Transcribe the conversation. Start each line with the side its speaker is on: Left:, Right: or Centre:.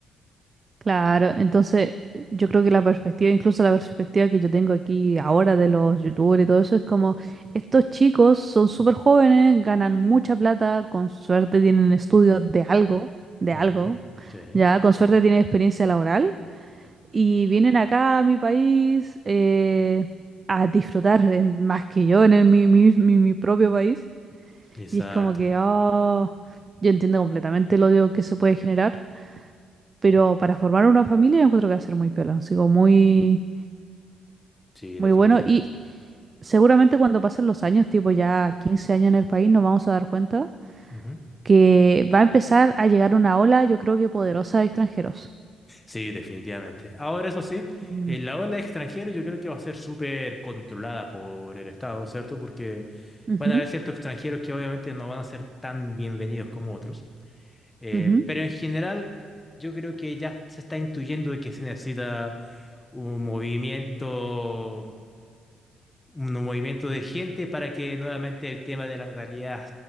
Right: Claro, entonces eh, yo creo que la perspectiva, incluso la perspectiva que yo tengo aquí ahora de los youtubers y todo eso, es como estos chicos son súper jóvenes, ganan mucha plata, con suerte tienen estudios de algo, de
Left: Ujú,
Right: algo,
Left: sí,
Right: ya, con suerte tienen experiencia laboral y vienen acá a mi país eh, a disfrutar en- más que yo en el- mi, mi- mi- mi propio país.
Left: exacto,
Right: Y es como que, oh, yo entiendo completamente el odio que se puede generar. Pero para formar una familia yo encuentro que va a ser muy piola, sigo muy,
Left: sí,
Right: muy
Left: definitivamente.
Right: bueno. Y seguramente cuando pasen los años, tipo ya 15 años en el país, nos vamos a dar cuenta
Left: Ujú.
Right: que va a empezar a llegar una ola, yo creo que poderosa de extranjeros.
Left: Sí, definitivamente. Ahora, eso sí,
Right: Mm.
Left: eh, la ola extranjera yo creo que va a ser súper controlada por el Estado, ¿cierto? Porque
Right: Ujú,
Left: van a haber ciertos extranjeros que obviamente no van a ser tan bienvenidos como otros. Eh,
Right: ujú,
Left: pero en general, yo creo que ya se está intuyendo de que se necesita un movimiento un movimiento de gente para que nuevamente el tema de la natalidad